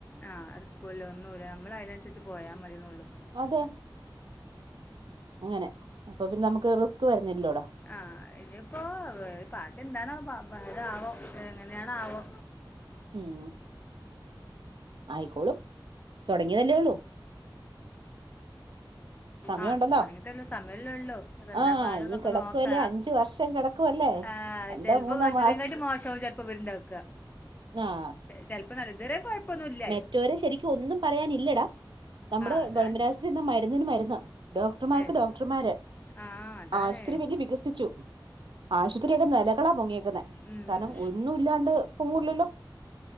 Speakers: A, on the left (about 20°); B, on the right (about 70°).
A: ആ ഒരു സ്കൂല ഒന്നൂല്ല നമ്മള് അയ്നൻസരിച്ച് പോയാ മതിന്നൊള്ളൂ
B: അതെ അങ്ങനെ അപ്പൊ പിന്നെ നമുക്ക് റിസ്ക് വരുന്നില്ലോട
A: ആ ഇനിയിപ്പോ പാർട്ടിഎന്തണാ ബ ഭേദം ആ വം എങ്ങനേണാവോ
B: ഉം ആയിക്കോളും തൊടങ്ങിയതല്ലേ ഉള്ളൂ സമയമുണ്ടല്ലോ
A: ആ തൊടങ്ങിട്ടള്ളു സമയല്ലെഉള്ളൂ അതെന്താ
B: ആഹ്
A: പാടന്നൊക്കെ
B: ഇനി കിടക്കുവല്ലേ
A: നോക്ക
B: അഞ്ചു വർഷം കിടക്കുവല്ലേ
A: ആ
B: രണ്ടോ
A: ചെല്‌പ്പോ
B: മൂന്നോ
A: പറ്റതു
B: മാസം
A: <unintelligible> മോശവും ചെലപ്പോ വരണ്ടാക്ക
B: ആഹ്
A: ചെപ്പോ നല്ലതുരെ കൊഴപ്പൊന്നുല്ല
B: റ്റോരെ ശരിക്കും ഒന്നും പറയാനില്ലടാ നമ്മുടെ
A: ആ അതാണ്
B: ഗൾമരാസ നിന്ന് മരുന്ന് മരു ന ഡോക്ടർമാർക്ക്
A: എൻ-
B: ഡോക്ടർമാര്
A: ആ അതാണ്
B: ആശുത്രി വല്യ വികസിച്ചു ആശുത്രിയൊക്കെ നെലകളാ പൊങ്ങിയേ തന്നെ
A: ഉം.
B: കാർണം ഒന്നും ഇല്ലാണ്ട് പൊങ്ങുല്ലല്ലോ